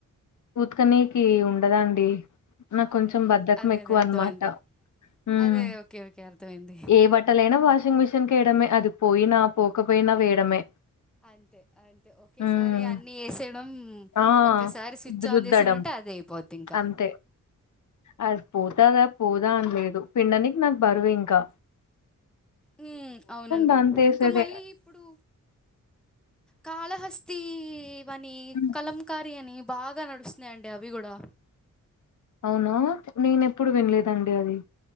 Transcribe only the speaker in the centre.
అదే
అదే
అదే
అదే అర్థమైంది
అదే ఓకే ఓకే అర్థమైంది
అంతే అంతే ఒకేసారి
అన్ని వేసే డం
ఒక్కసారి స్విచ్ ఆన్
చేసామంటే అదే అయిపోద్ధి ఇంకా
మ్ అవునండి
ఇంకా మళ్ళీ ఇప్పుడు కాళహస్తి వని,
కలంకారి అని బాగా నడుస్తున్నాయండి అవి కూడా